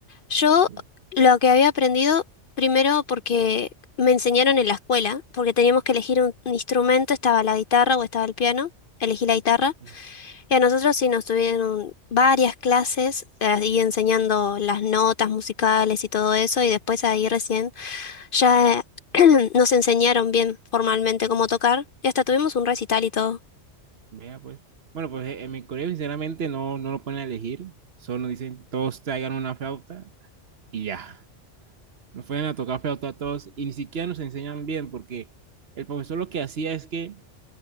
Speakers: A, on the left (about 55°); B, on the right (about 60°).
A: Yo
B: sí,
A: lo que había aprendido, primero porque me enseñaron en la escuela, porque teníamos que elegir un, un instrumento, estaba la guitarra o estaba el piano, elegí la guitarra,
B: sí,
A: y a nosotros sí nos tuvieron varias clases eh, ahí enseñando las notas musicales y todo eso, y después ahí recién ya eh, <clears throat> nos enseñaron bien formalmente cómo
B: sí.
A: tocar, y hasta tuvimos un recital y todo.
B: Vea pues. Bueno, pues eh, en mi colegio sinceramente no, no lo ponen a elegir, solo nos dicen todos traigan una flauta y ya. nos fueron a tocar flauta a todos y ni siquiera nos enseñan bien porque el profesor lo que hacía es que